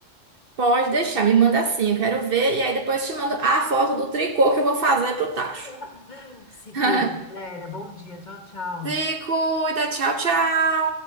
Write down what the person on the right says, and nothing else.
Pode deixar, me manda assim, eu quero ver. E aí depois te mando a foto do tricô que eu vou fazer pro tacho.
<laughs>
Se cuida, tchau, tchau!